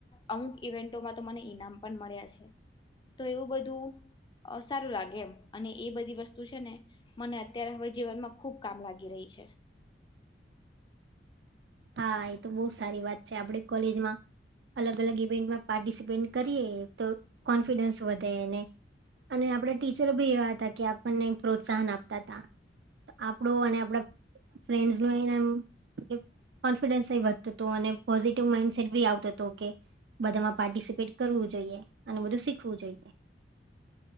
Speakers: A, on the left (about 25°); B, on the right (about 70°).
A: અમુક ઈવેન્ટોમાં તો મને ઈનામ પણ મળ્યા છે તો એવું બધું અ સારું લાગે એમ અને એ બધી વસ્તુ છે ને મને અત્યારે હવે જીવનમાં ખૂબ કામ લાગી રહી છે
B: હા એ તો બહુ સારી વાત છે આપડ કોલેજમાં અલગ અલગ ઇવેન્ટમાં પાર્ટિસિપેટ કરીએ તો કોન્ફિડન્સ વધે એને અને આપડા ટીચર બી એવા હતા કે આપણને પ્રોત્સાહન આપતા હતાા આપડું અને આપડા ફ્રેન્ડસ ન એ કોન્ફિડન્સ એ વધ તો ને પોઝિટિવ માઇન્ડ ભી આવતો હતો કે બધામાં પાર્ટિસિપેટ કરવું જોઈએ અને બધું શીખવું જોઈએ. <inaudible>